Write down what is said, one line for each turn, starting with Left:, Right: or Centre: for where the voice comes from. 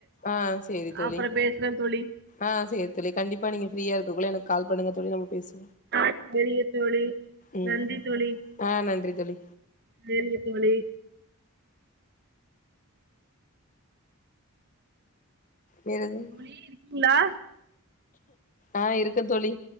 Left: ஆஹ் சேரி தோழி
Right: அப்புற பேசுறே தோழி
Left: ஆஹ் சேரி தோழி கண்டிப்பா நீங்க ஃப்ரீயா இருக்குள்ள எனக்கு கால் பண்ணுங்கதோழி நம்ம பேசு
Right: ஆ சரிங்க தோழி
Left: ம்
Right: நன்றி தோழி
Left: ஆ நன்றி தோழி
Right: சேரிங்க தோழி
Left: வேற எதுவும்
Right: தோழி இருக்கீங்களா
Left: ஆஹ் இருக்கேன் தோழி